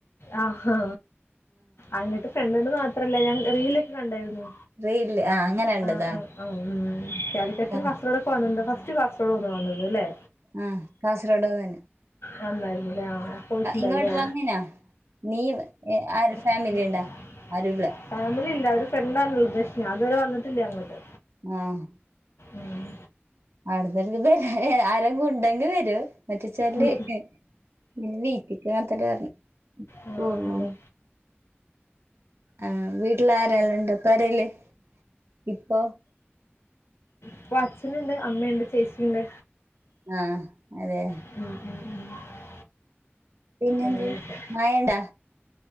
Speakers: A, on the left (about 75°); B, on the right (about 75°).
A: ആഹ് അങ്ങിട്ട് ചെന്നന്ന് മാത്രല്ല ഞാൻ റീലൊക്കെ കണ്ടായിരുന്നു.
B: റീല് ആഹ് അങ്ങനെ കണ്ടതാ
A: ആഹ് ആഹ് ആഹ് കാലിക്കറ്റും
B: ആഹ്
A: കാസറോട ഫസ്റ്റ് കാസ്ഡ് ഒന്ന് വന്നത് അല്ലേ
B: ആഹ് കാസർഗോഡ് തന്നെ
A: നണ്ടായിരുന്ന്ല്ലേ പോയിട്ടുണ്ടില്ലേ
B: ഇങ്ങോട്ട് വന്നിനാ നീ എ ആര് ഫാമിലി
A: <unintelligible>
B: ഇണ്ടാ ആരുല്ല
A: ഫാമിലി ഇല്ല ഒരു ഫ്രണ്ടാണല്ലോ ഉദേക്ഷിനി അതുവരെ വന്നിട്ടില്ലേ അങ്ങോട്ട്
B: ആഹ്
A: ഉം.
B: അവിടുന്നക്ക് വരാ ആരെങ്കും ഉണ്ടെങ്കിവരും മാറ്റിച്ചാല്
A: ഉം.
B: പിന്നെ വീച്ച്ക്ക്ങ്ങത്തല്ലർ
A: ആ
B: പറയും
A: അതെ
B: ആഹ് വീട്ടില് ആരെല്ലാംണ്ട് പെരേല് ഇപ്പൊ
A: അപ്പൊ അച്ഛനുണ്ട് അമ്മയുണ്ട് ചേച്ചിയുണ്ട്
B: ആഹ് അതെ
A: <unintelligible>
B: പിന്നെന്ത്
A: അങ്ങനെയൊക്കെ
B: മഴണ്ടാ